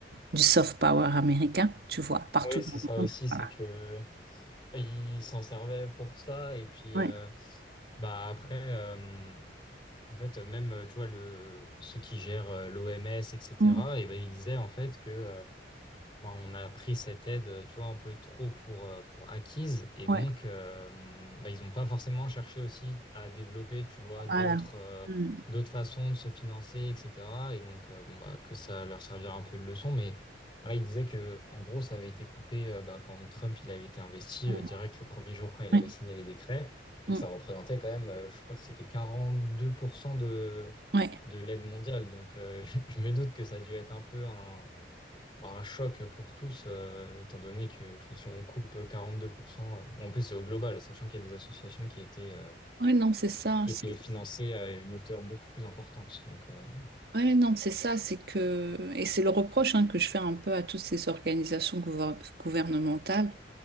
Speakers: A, on the right; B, on the left.
A: du soft power américain, tu vois, partout
B: ouais, oui,
A: dans
B: c'est ça
A: le monde.
B: aussi, c'est
A: Voilà.
B: que ils s'en servaient pour ça et puis
A: Ouais.
B: euh, bah après euh, en fait même tu vois le ceux qui gèrent l'OMS etc.
A: Mm.
B: et cetera, et ben ils disaient en fait que euh, Bon, on a pris cette aide, euh, tu vois, un peu trop pour, euh, pour acquise. Et
A: Ouais.
B: donc, euh, bah, ils n'ont pas forcément cherché aussi à développer, tu vois, d'autres
A: Voilà.
B: euh,
A: Mm.
B: d'autres façons de se financer, etc. Et donc, euh, bon, bah, que ça leur servira un peu de leçon. Mais voilà, ils disaient que, en gros, ça avait été coupé euh, bah, quand Trump il avait été investi
A: Mm.
B: euh, direct le premier jour quand il
A: Ouais.
B: avait signé les décrets. Et
A: Mm.
B: que ça représentait quand même, euh, je crois que c'était 42% de,
A: Ouais.
B: de l'aide mondiale. Donc, euh, <laughs> je, je me doute que ça a dû être un peu un bah, un choc pour tous, euh, étant donné que enfin, si on coupe 42%, euh, en plus c'est au global, sachant qu'il y a des associations qui étaient, euh,
A: Ouais, non, c'est ça.
B: qui
A: c'est-
B: étaient financées à une hauteur beaucoup plus importante. Donc, euh,
A: Ouais, non, c'est ça. C'est que... Et c'est le reproche hein, que je fais un peu à toutes ces organisations gouver- gouvernementales.